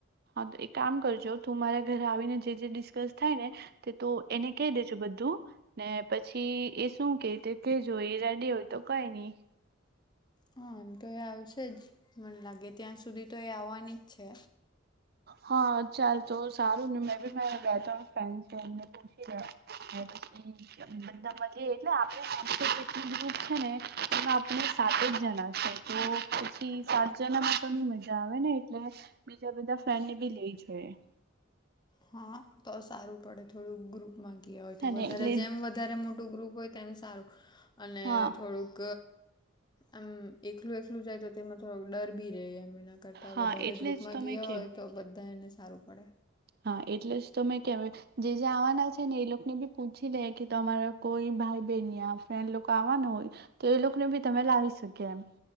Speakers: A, on the right; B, on the left.
A: હાતો એક કામ કરજો તુ મારા ઘરે આવીને જે જે ડિસ્કસ થાય ને તેતો એને કહી દેજો બધું ને પછી એશુ કેતે તે કેજો એ રેડી હોઈ તો તો કઈ નહી.
B: હા એમતોએ આવશે જ મને લાગે ત્યાં સુધી તો એ આવવાની જ છે.
A: હા ચાલ તો સારું ને મેબી મારાં બે ત્રણ ફ્રેન્ડ છે એમને પૂછી લેવને પછી બધા મળીયે એટલે આપણું જેટલું ગ્રુપ છે. ને એમા આપને સાત જ જણા છે તો પછી સાત જણામા તોની મજા આવે ને એટલે બીજા બધા ફ્રેન્ડનેબી લઈ જાઈએ.
B: હાતો તો સારું પડે થોડુક ગ્રુપમાં ગયા હોય. તો
A: હે
B: વધારે
A: ને એટલે
B: જેમ વધારે મોટુ મોટુ ગ્રુપ હોય તેમ સારું અને
A: હા
B: થોડુક આમ એકલું એકલું જાય તો તેમા થોડોક ડરબી રહે એમ એના કરતા
A: હા
B: વધારે
A: એટલે
B: ગ્રુપમા
A: જ તમે
B: ગયા
A: કેવ
B: હોય. તો બધાએને સારું પડે
A: હા એટલેજ તોમે કેમ જે જે આવવાના છે, ને એલોકોને બી પૂછી લે કે તમારા કોઈ ભાઈ બહેન યા ફ્રેન્ડ લોકો આવવાના હોય. તો એલોકોને ભી તમે લાવી શકે એમ